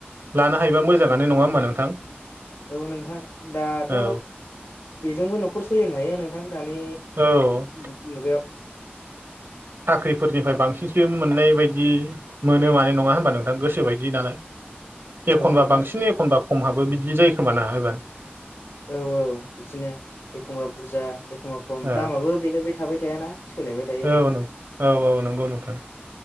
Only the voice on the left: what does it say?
औ नोंथां दाथ'
बेजोंबो न'खर सोलिनो हायो नोंथां दानि
मुगायाव
औ
नोंथां
औ औ बिदिनो एखमबा बुरजा एखमबा खम
दामाबो बेनो बे थाबाय थायाना सोलायबाय थायो